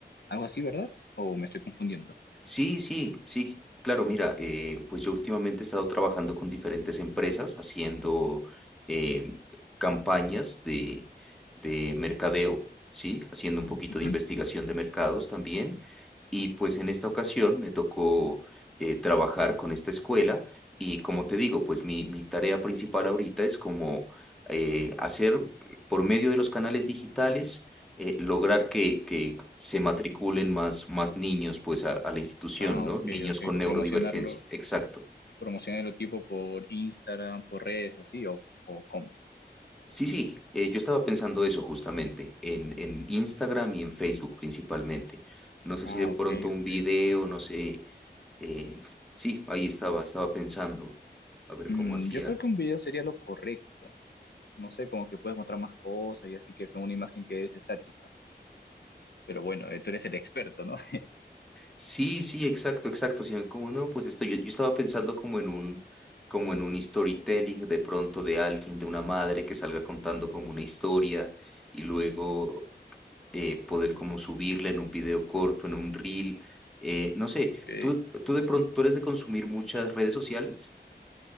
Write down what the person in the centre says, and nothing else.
Sí, sí, sí, claro, mira, eh, pues yo últimamente he estado trabajando con diferentes empresas haciendo eh, campañas de, de mercadeo, ¿sí? Haciendo un poquito
de investigación de mercados también. Y pues en esta ocasión me tocó eh, trabajar con esta escuela y como te digo, pues mi, mi tarea principal ahorita es como eh, hacer por medio de los canales digitales eh, lograr que, que se matriculen más, más niños pues a, a la institución,
¿no?
Niños
con neurodivergencia,
exacto.
Sí, sí, eh, yo estaba pensando eso justamente, en, en Instagram y en Facebook principalmente. No sé
si de pronto
un
video, no sé, eh, sí, ahí estaba, estaba pensando, a ver
cómo hacía.
Sí, sí, exacto, exacto, sino como no, pues esto, yo, yo estaba pensando como en un, como en un storytelling de pronto de alguien, de una madre que salga contando como una historia y luego eh, poder como subirla en un video corto, en un reel, eh, no sé,
¿tú, tú de pronto, tú eres de consumir muchas redes sociales?